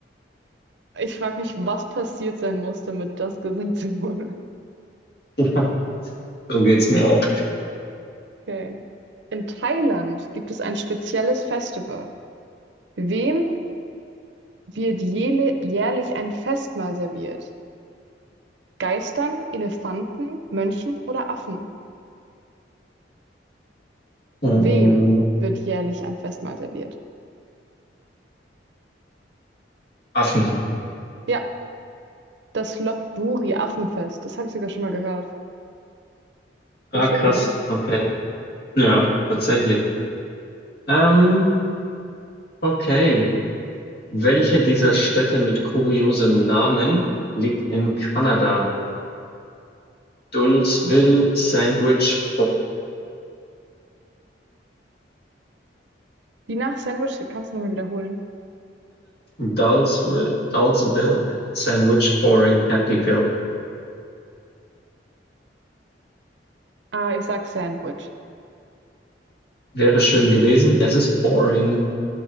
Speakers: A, on the right; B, on the left.
A: Ich frage mich, was passiert sein muss, damit das gesetzt wurde.
B: <laughs> So geht's mir auch.
A: Okay. In Thailand gibt es ein spezielles Festival. Wem wird jele- jährlich ein Festmahl serviert? Geistern, Elefanten, Mönchen oder Affen?
B: Mm,
A: Wem wird jährlich ein Festmahl serviert?
B: Affen.
A: Ja, das Lopburi-Affenfest. Das habe ich sogar schon mal gehört.
B: Ah,
A: Voll schön,
B: krass.
A: oder?
B: Okay. Ja, tatsächlich. Ähm, okay. Welche dieser Städte mit kuriosem Namen liegt in Kanada? Dulsville, Sandwich,
A: Die nach Sandwich kannst du nochmal wiederholen.
B: Dulceville, Dulceville Sandwich Boring Happyville.
A: Ah, ich sag Sandwich.
B: Wäre schön gewesen. Es ist boring.